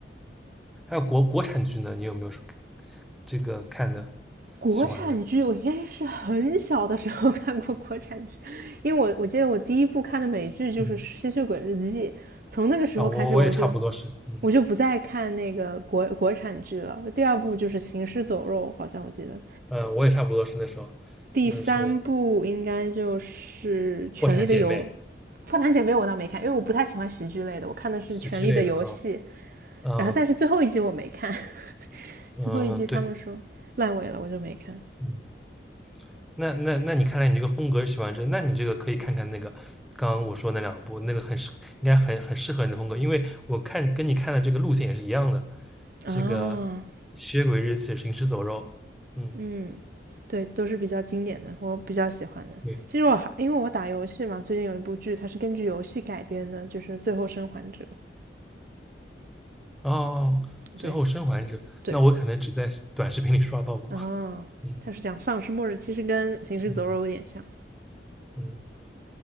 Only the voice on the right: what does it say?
国产剧我应该是很小的时候
<laughs> 看过国产剧，因为我我记得我第一部看的美剧就是《吸血鬼日记》，
从那个时候开始我就
我就不再看那个国国产剧了。第二部就是《行尸走肉》，好像我记得，
第三部应该就是《权力的游》，
《花篮姐妹》我倒没看，因为我不太喜欢喜剧类的，我看的是《权力的游戏》，
然后但是最后一季我没看，<laughs>
最后一季他们说烂尾了，
我就没看
啊，
嗯。对，都是比较经典的，我比较喜欢的。
其实我还因为我打游戏嘛，最近有一部剧，它是根据游戏改编的，就是《最后生还者》。
对，对，
啊，
它是讲丧尸末日，其实跟《行尸走肉》有点像。